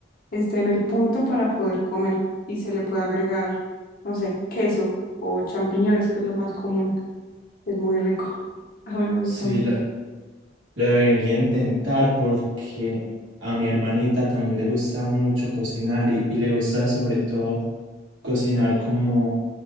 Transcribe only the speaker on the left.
esté en el punto para poder comer. Y se le puede agregar, no sé, queso o champiñones, que es lo más común. Es muy rico. <laughs> A mí me gusta
mucho.